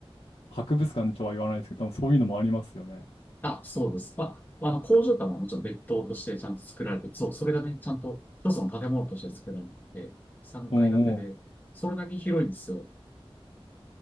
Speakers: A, on the left; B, on the left.
A: 博物館とは言わないですけど、多分そういうのもありますよね。
B: あ、そうです。まあ、あの、工場とはもちろん別棟としてちゃんと作られて、そう、それがね、ちゃんと一つの建物として作られて、3階建てで、
A: うんうん。
B: それだけ広いんですよ。